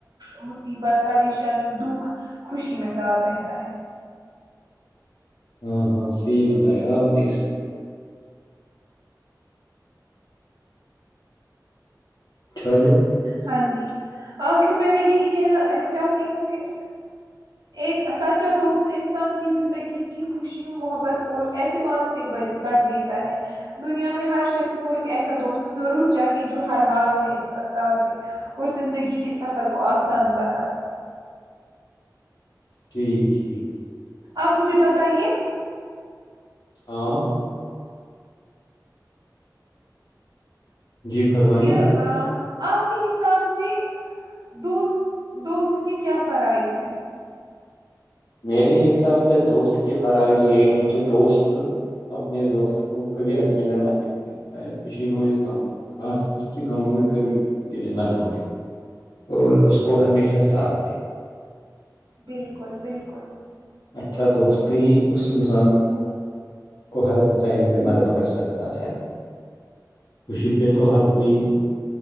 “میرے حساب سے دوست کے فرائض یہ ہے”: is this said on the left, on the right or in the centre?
Left